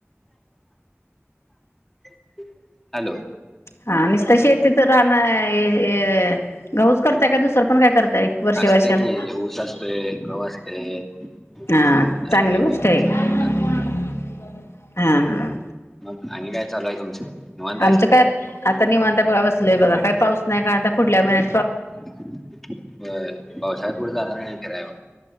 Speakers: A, in the centre; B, on the left (about 70°).
A: <inaudible> <inaudible> हॅलो.
B: हा निसत शेतीत राहण हे ए घऊच करताय काय दुसरं पण काय करताय वर्षे
A: असतय
B: वर्षाला,
A: की ऊस असतोय गहू असतय
B: हा
A: आणि
B: चांगल गोष्ट आहे
A: सगळं
B: <inaudible>
A: हेच असतय.
B: हा हा.
A: मग आणि काय चालू आहे तुमचं? निवांत हायसा
B: आमचं काय आता निवांत हाय बघा बसलोय बघा. काय पाऊस नाही काय आता पुुढल्या महि
A: <inaudible> होय पावसाळ्यात पुढ जागा नाही. कऱ्याव.